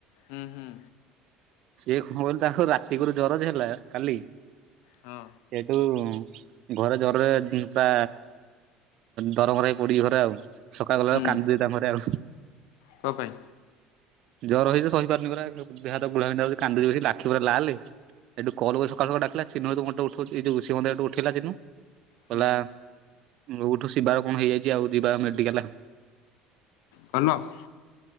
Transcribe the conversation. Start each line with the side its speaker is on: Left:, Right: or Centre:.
Left: ହୁଁ ହୁଁ।
Right: ସିଏ କଣ କହିଲ ତାକୁ ରାତିରୁ ଜର ହେଲା କାଲି।
Left: ହଁ।
Right: ସେଇଠୁ ଘରେ ଜରରେ ପୁରା ଦରମରା ହେଇ ପଡିଛି ଘରେ ଆଉ ସକାଳ କଲାବେଳକୁ
Left: ହୁଁ
Right: କାନ୍ଦୁଛି ତାଙ୍କ ଘରେ ଆଉ।
Left: କଣ ପାଇଁ
Right: ଜର ହେଇଛି ସହିପାରୁନି ପୁରା ଦେହହାତ ଗୁଲା ବିନ୍ଧା ହେଉଛି କାନ୍ଦୁଛି ଲାଖି ପୁରା ଲାଲ। ଏଠୁ କଲ୍ କରି ସକାଳୁ ସକାଳୁ ଡାକିଲା <unintelligible>
Left: ହୁଁ
Right: କଲା ଉଠୁ ଶିବାର କଣ ହେଇଯାଇଛି ଆଉ ଯିବା ମେଡିକାଲ।
Left: କ <unintelligible>